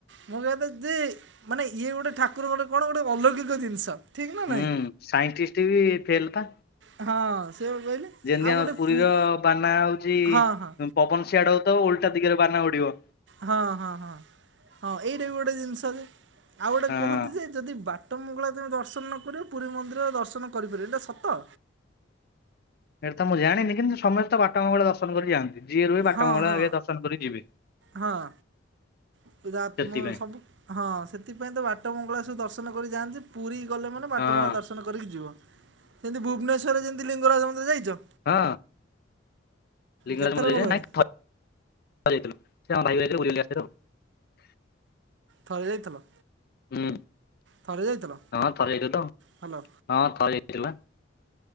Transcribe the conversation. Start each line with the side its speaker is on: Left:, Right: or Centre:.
Right: ମମୋ କହିଆ କଥା ଯେ ମାନେ ଇଏ ଗୋଟେ ଠାକୁରଙ୍କ ଗୋଟେ କଣ ଗୋଟେ ଅଲୌକିକ ଜିନିଷ। ଠିକ ନା
Left: ହୁଁ
Right: ନାଇଁ?
Left: ସାଇଣ୍ଟିଷ୍ଟ ବି ଫେଲ ପା
Right: ଆ ହଁ ସେ ବା କହିଲେ।
Left: ଯେମିତି
Right: ଆଉ
Left: ଆମ
Right: ଗୋଟେ
Left: ପୁରୀର
Right: ପୁର
Left: ବାନା ହଉଚି
Right: ହଁ ହଁ।
Left: ପବନ ସିଆଡେ ହଉଥବ ଓଲଟା ଦିଗରେ ବାନା ଉଡିବ।
Right: ହଁ ହଁ ହଁ ହଁ ଏଇଟା ବି ଗୋଟେ ଜିନିଷ ଯେ ଆଉ ଗୋଟେ
Left: ହଁ।
Right: କୁହନ୍ତି ଯେ ଯଦି ବା ଟ ମଙ୍ଗଳା ତୁମେ ଦର୍ଶନ ନ କରିବ ପୁରୀ ମନ୍ଦିର ଦର୍ଶନ କରିପାରିବନି ଏଇଟା ସତ?
Left: ଏଇଟା ତ ମୁଁ ଜାଣିନି କିନ୍ତୁ ସମସ୍ତେ ବାଟମଙ୍ଗଳା ଦର୍ଶନ କରିକି ଯାଆନ୍ତି। ଯିଏ ରୁହେ ବାଟମଙ୍ଗଳା
Right: ହଁ ହଁ
Left: ଆଗେ ଦର୍ଶନ କରି ଯିବେ।
Right: ହଁ। <unintelligible>
Left: ସେଥିପାଇଁ
Right: ମୁ ସବୁ ହଁ ସେଥିପାଇଁ ତ ବାଟ ମଙ୍ଗଳା ସବୁ ଦର୍ଶନ କରି ଯାଆନ୍ତି ପୁରୀ ଗଲେ ମାନେ ବାଟମଙ୍ଗଳା
Left: ହଁ
Right: ଦର୍ଶନ କରିକି ଯିବ। ସେମିତି ଭୁବନେଶ୍ୱରରେ ଯେମିତି ଲିଙ୍ଗରାଜ ମନ୍ଦିର ଯାଇଚ?
Left: ହଁ ଲିଙ୍ଗରାଜ
Right: କେତେଥର
Left: ମନ୍ଦିର
Right: ଗଲଣି?
Left: <unintelligible> ଥରେ ଯାଇଥିଲୁ। ସେ ଆମ <unintelligible> ବୁଲି ବୁଲି ଆସିଥିଲୁ ଆଉ।
Right: ଥରେ ଯାଇଥିଲ?
Left: ହୁଁ
Right: ଥରେ ଯାଇଥିଲ
Left: ହଁ ଥରେ ଯାଇଥିଲୁ ତ
Right: ହ୍ୟାଲୋ
Left: ହଁ ଥରେ ଯାଇଥିଲୁ ପା।